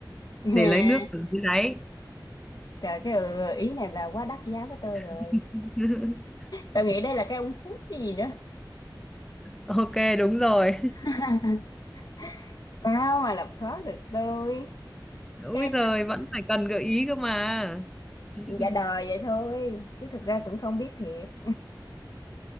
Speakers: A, on the left; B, in the centre.
A: <laughs>
B: để lấy nước ở dưới đáy
A: Trời cái gợi ý này là quá đắt giá với tôi rồi.
B: <laughs>
A: Tôi nghĩ đây là cái ống hút chứ gì nữa.
B: ok đúng rồi
A: <laughs> Sao mà làm khó được tôi?
B: úi
A: Em
B: giời vẫn phải cần gợi ý cơ mà <laughs>
A: dạ đòi vậy thôi, chứ thực ra cũng không biết thiệt.